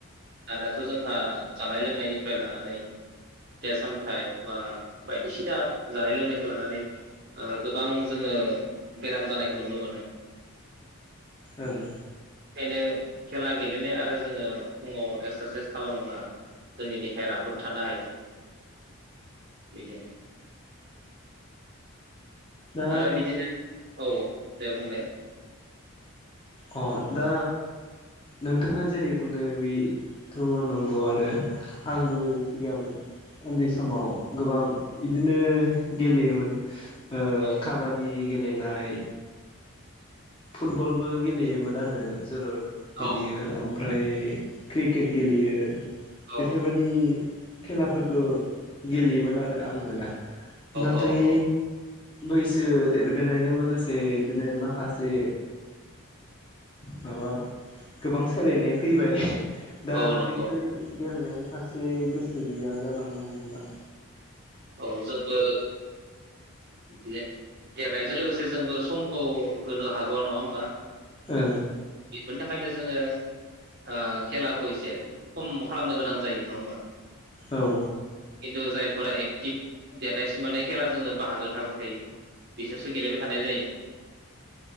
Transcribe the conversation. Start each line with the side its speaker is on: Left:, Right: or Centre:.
Right: दानाथ जों ओ जानाय लोंनायनिफ्राय लानानै फिथाइ सामथाइ बा बायदिसिना जानाय लोंनायखौ लानानै गोबां जोङो बेराम जानायखौ नुनो मोनो
Left: ओं
Right: बेखायनो खेला गेलेनाय आरो जोङो फुङाव एक्सारसाइस खालामोब्ला जोंनि देहाया राफोद थानो हायो <inaudible>
Left: दा
Right: आरो बिदिनो औ दे बुंलाय
Left: अ दा नोंथाङा जेरै बुंदों बेथ नंगौआनो आंबो सिगां उन्दै समाव गोबां बिदिनो गेलेयोमोन ओ
Right: औ
Left: काबादि गेलेनाय फुटबलबो गेलेयोमोन आङो जोलुर गेलेयो
Right: औ
Left: ओमफ्राय क्रिकेट गेलेयो
Right: औ
Left: बेफोरबायादि खेलाफोरखौ गेलेयोमोन आरो आंबो दा नाथाय
Right: औ औ
Left: बैसो देरबोनायजों लोगोसे बिदिनो माखासे जे माबा गोबां सोलायनाय फैबाय दा
Right: औ नंगौ
Left: बेफोर गेलेनायनि फारसे गोसो गैया जालांनो ना
Right: औ जोंबो गेलेनाय बेजों लोगोसे जोंबो समखौ होनो हागौ नङा होमबा
Left: ओं
Right: बेनि थाखायनो जोङो आ खेला खौ एसे खम खालामनो गोनां जायो नङा होमबा
Left: औ
Right: थु जायफोरा एक टिफ देरनायसिम माने खेला जोङो बाहागो थाबाय थायो बिसोरसो गेलेबाय थानाय जायो।